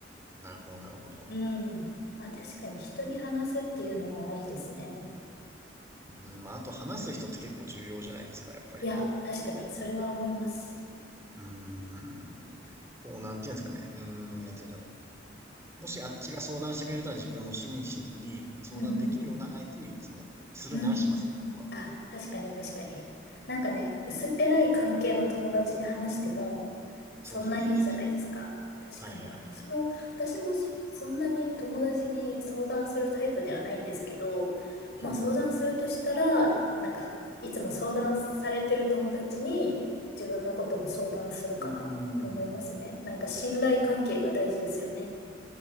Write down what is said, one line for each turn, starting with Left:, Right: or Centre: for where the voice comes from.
Right: なるほどなるほど。
Left: うん。まあ確かに人に話すっていうのもありですね。
Right: うん、まあ、あと話す人って結構重要じゃないですか、やっぱり。
Left: いや、確かにそれは思います。
Right: いやうーん。こう、なんていうんですかね。うーん、なんていうんだろう。もしあっちが相談してくれたら自分も心身に相談できるような相手にいつもするならしますね、
Left: うんうんうん。うんうんうん。
Right: 僕は。
Left: あ、確かに確かに。なんかね、薄っぺらい関係の友達に話しても、そんなにいいじゃないですか。
Right: そうそうそうそうそう。
Left: 確かに私も、
Right: はいはいはいはい。
Left: 私もそ、そんなに友達に相談するタイプではないんですけど、
Right: はいはいはい。
Left: まあ相談するとしたら、なんか、いつも相談されてる友達に自分のことも相談するかなと思いますね。
Right: うーん。
Left: なんか信頼関係が大事ですよね。